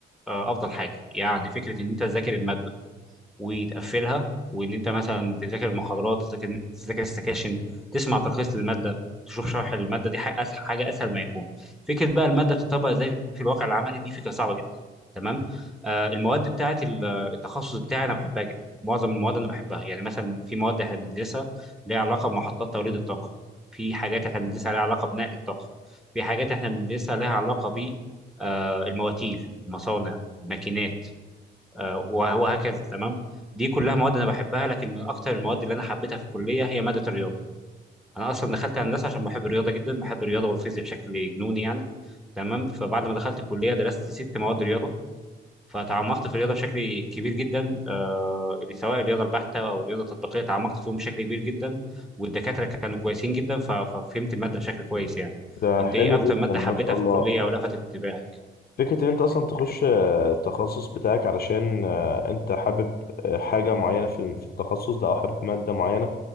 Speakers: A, in the centre; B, on the left.
A: آه أفضل حاجة يعني فكرة إن أنت تذاكر المادة وتقفلها وان انت مثلا تذاكر المحاضرات تذاكر تذاكر السكاشن تسمع تلخيص للماده تشوف شرح الماده دي حاجه اسهل حاجه اسهل ما يكون فكره بقى الماده بتطبق ازاي في الواقع العملي دي فكره صعبه جدا تمام آه المواد بتاعه ال- التخصص بتاعي انا بحبها جدا معظم المواد انا بحبها يعني مثلا في مواد احنا بندرسها ليها علاقه بمحطات توليد الطاقه في حاجات احنا بندرسها ليها علاقه بنقل الطاقه في حاجات احنا بندرسها ليها علاقه ب آه، المواتير المصانع الماكينات آه، وه- وهكذا تمام دي كلها مواد انا بحبها لكن من اكتر المواد اللي انا حبيتها في الكليه هي ماده الرياضه انا اصلا دخلت هندسه عشان بحب الرياضه جدا بحب الرياضه والفيزياء بشكل جنوني يعني تمام فبعد ما دخلت الكليه درست ست مواد رياضه فتعمقت في الرياضه بشكل كبير جدا آه سواء الرياضه البحته او الرياضه التطبيقيه تعمقت فيهم بشكل كبير جدا والدكاتره كانوا كويسين جدا ف- ففهمت الماده بشكل كويس يعني
B: ده
A: انت
B: حلو
A: ايه اكتر
B: جدا
A: ماده
B: ما
A: حبيتها
B: شاء الله
A: في الكليه او لفتت انتباهك
B: فكرة ان انت اصلا تخش آه، التخصص بتاعك علشان آه، انت حابب آه، حاجة معينة في الم- في التخصص ده او حابب مادة معينة